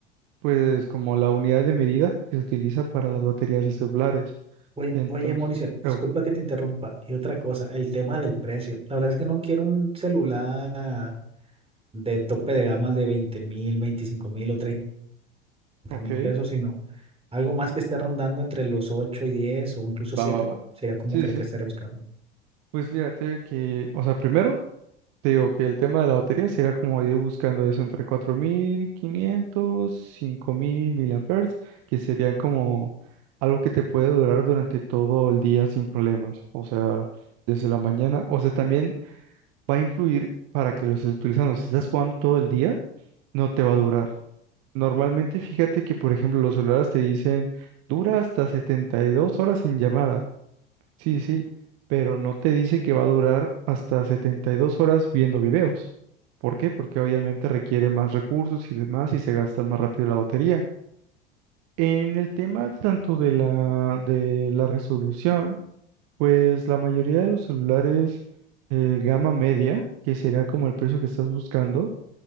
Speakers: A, on the right; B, on the right.
A: pues como la unidad de medida que se utiliza para las baterías de celulares.
B: Oye,
A: Entonces,
B: oye, Mauricio, disculpa
A: oh,
B: que te interrumpa. Y otra cosa, el tema del precio. La verdad es que no quiero un celular de tope de gama de veinte mil, veinticinco mil o treinta
A: ok,
B: mil pesos, sino algo más que esté rondando entre los 8 y 10 o incluso siete
A: va, va, va.
B: sería como
A: Sí,
B: que lo
A: sí,
B: que
A: sí.
B: estaría buscando.
A: Pues fíjate que, o sea, primero te digo que el tema de la batería sería como ir buscando eso entre cuatro mil quinientos cinco mil miliamperes, que sería como algo que te puede durar durante todo el día sin problemas, o sea, desde la mañana, o sea, también va a influir para que los estés utilizando. Si estás jugando todo el día, no te va a durar. Normalmente fíjate que, por ejemplo, los celulares te dicen dura hasta 72 horas en llamada. Sí, sí, pero no te dice que va a durar hasta 72 horas viendo videos. ¿Por qué? Porque obviamente requiere más recursos y demás y se gasta más rápido la batería. En el tema tanto de la, de la resolución, pues la mayoría de los celulares eh, gama media, que sería como el precio que estás buscando,